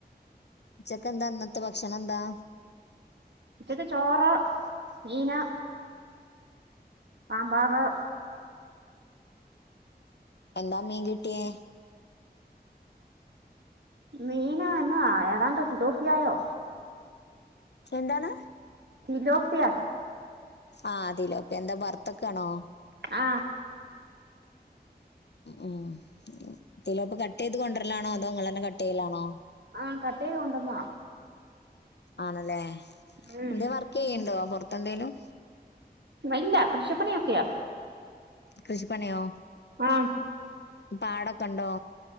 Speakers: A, on the left; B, on the right.
A: ഉച്ചക്കെന്താ ഇന്നത്തെ ഭക്ഷണെന്താ?
B: ച്ചക്ക് ചോറ് മീന് സാമ്പാറ്
A: എന്താ മീൻ കിട്ടിയേ?
B: മീനന്നാ ഏതാണ്ട്‌ സിലോപ്പിയായോ
A: എന്താണ്?
B: സിലോപിയ
A: ആഹ് തിലോപ്യ എന്താ വർത്തക്കാണോ?
B: ആ
A: ഉം തിലോപ്പി കട്ട് ചൈത് കൊണ്ടുവരലാണോ അതോ നിങ്ങൾ ന്നെ കട്ടചെയ്യലാണോ
B: ആ കട്ട് ചെയ്ത് കൊണ്ടുവന്നതാ
A: ആണല്ലേ
B: ഉം
A: എന്തേ വർക്ക് ചെയ്യണ്ടോ പൊറത്തെ എന്തേലും
B: ഇല്ല കൃഷിപ്പണിയൊക്കെയാ
A: കൃഷിപ്പണിയോ
B: ആ
A: പാടൊക്കെ ഉണ്ടോ